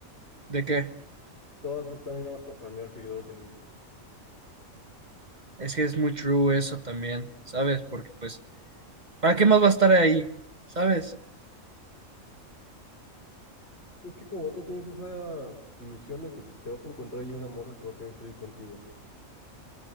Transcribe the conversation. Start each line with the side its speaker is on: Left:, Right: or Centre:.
Right: ¿de qué?
Left: Todas están ahí nomás para farmear seguidores en Insta.
Right: Es que es muy true eso también, ¿sabes? Porque pues, ¿para qué más va a estar ahí? ¿Sabes?
Left: Es que como vato tienes esa ilusión de que te vas a encontrar ahí una morra que va a querer salir contigo.